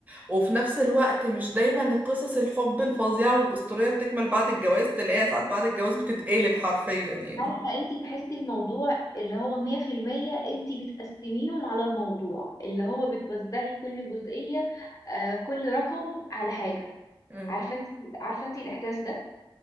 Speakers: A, on the right; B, on the left.
A: وفي نفس الوقت مش دايما القصص الحب الفظيعة والأسطورية بتكمل بعد الجواز تلاقيها ساعات بعد الجواز بتتقلب حرفيا يعني
B: عارفة انتي تحسي الموضوع اللي هو مية في المية انتي بتقسميهم على الموضوع اللي هو بتوزعي كل جزئية آه كل رقم على حاجة
A: مم.
B: عارفة انتي عارفة انتي الإحساس ده